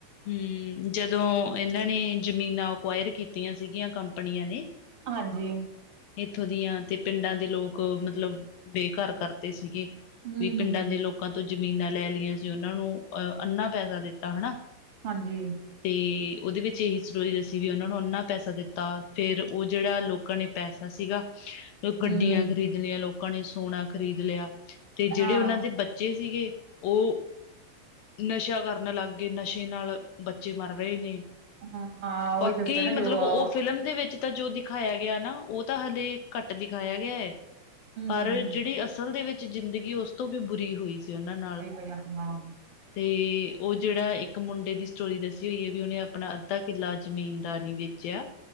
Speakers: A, on the left; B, on the right.
A: ਹਮ। ਜਦੋਂ ਇਹਨਾਂ ਨੇ ਜ਼ਮੀਨਾਂ ਅਕੁਆਇਰ ਕੀਤੀਆਂ ਸੀਗੀਆਂ ਕੰਪਨੀਆਂ ਨੇ
B: ਹਾਂਜੀ।
A: ਇੱਥੋਂ ਦੀਆਂ ਤੇ ਪਿੰਡਾਂ ਦੇ ਲੋਕ ਮਤਲਬ ਬੇਘਰ ਕਰਤੇ ਸੀਗੇ।
B: ਹੂੰ
A: ਵੀ
B: ਹੂੰ
A: ਪਿੰਡਾਂ
B: ਹੂੰ
A: ਦੇ ਲੋਕਾਂ ਤੋਂ ਜ਼ਮੀਨਾਂ ਲੈ ਲਈਆਂ ਸੀ। ਉਹਨਾਂ ਨੂੰ ਅਹ ਅੰਨਾ ਪੈਸਾ ਦਿੱਤਾ ਹਨਾ।
B: ਹਾਂਜੀ।
A: ਅਤੇ ਉਹਦੇ ਵਿੱਚ ਇਹੀ ਸਟੋਰੀ ਦੱਸੀ ਵੀ ਉਹਨਾਂ ਨੂੰ ਅੰਨਾ ਪੈਸਾ ਦਿੱਤਾ। ਫੇਰ ਉਹ ਜਿਹੜਾ ਲੋਕਾਂ ਨੇ ਪੈਸਾ ਸੀਗਾ। ਉਹ ਗੱਡੀਆਂ
B: ਹੂੰ ਹੂੰ
A: ਖਰੀਦਣੀਆਂ ਲੋਕਾਂ ਨੇ ਸੋਣਾ ਖ਼ਰੀਦ ਲਿਆ ਤੇ ਜਿਹੜੇ
B: ਹਾਂ
A: ਉਹਨਾਂ ਦੇ ਬੱਚੇ ਸੀਗੇ। ਉਹ ਨਸ਼ਾ ਕਰਨ ਲੱਗ ਗਏ। ਨਸ਼ੇ ਨਾਲ ਬੱਚੇ ਮਰ ਰਏ ਨੇ,
B: ਹਾਂ ਹਾਂ
A: ਬਾਕੀ
B: ਉਹੀ ਦੱਸਿਆ ਨਾ
A: ਮਤਲਬ
B: ਜੋ ਹੂੰ
A: ਓ ਫਿਲਮ ਦੇ ਵੇਚ। ਤਾਂ ਜੋ ਦਿਖਾਇਆ ਗਿਆ ਨਾ ੳ ਤਾਂ ਹਾਲੇ, ਘੱਟ ਦਿਖਾਇਆ ਗਿਆ ਏ। ਪਰ
B: ਹੂੰ ਹੂੰ
A: ਜਿਹੜੀ ਅਸਲ ਦੇ ਵੇਚ ਜ਼ਿੰਦਗੀ ਉਸ ਤੋਂ ਵੀ ਬੁਰੀ ਹੋਈ ਸੀ, ਉਹਨਾਂ ਨਾਲ
B: ਤੇ ਆਪਣਾ
A: ਅਤੇ ਉ ਜਿਹੜਾ ਇੱਕ ਮੁੰਡੇ ਦੀ ਸਟੋਰੀ ਦੱਸੀ ਹੋਈ ਏ, ਵੀ ਉਹਨੇ ਆਪਣਾ ਅੱਧਾ ਕਿੱਲਾ ਜ਼ਮੀਨ ਦਾ ਨਹੀਂ ਵੇਚਿਆ।